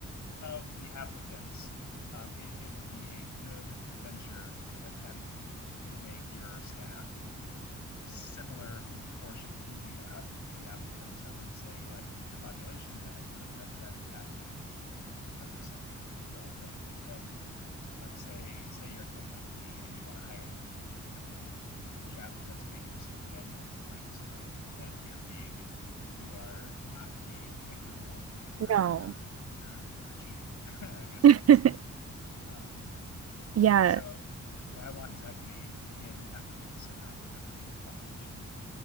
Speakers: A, on the left (about 75°); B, on the right (about 55°).
A: of the applicants, um, it, it would be a good venture to attempt to make your staff similar in proportion to the uh, to the applicants. I wouldn't say like to the population, no, because that that that defeats the purpose of, of the whole thing. Because then, like say say you're a tech company and you want to hire fifty fifty men and women, but your applicants are eighty percent men and twenty percent women, then you're being you are not being equitable. You're
B: No.
A: you're you're you're cheating. <laughs> I guess
B: <laughs>
A: I would say. Um,
B: Yeah.
A: so what I want is equity in applicants and not equity in population.